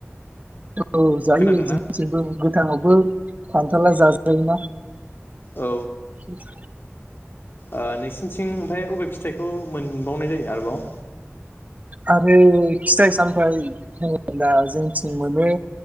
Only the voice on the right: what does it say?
औ जायो
जोथिंबो गोथाङावबो फांथारला <unintelligible> जाज जायोना
<unintelligible> <unintelligible>
आरो फिथाइ सामथायाइ होनोब्ला जोंथिं मोनो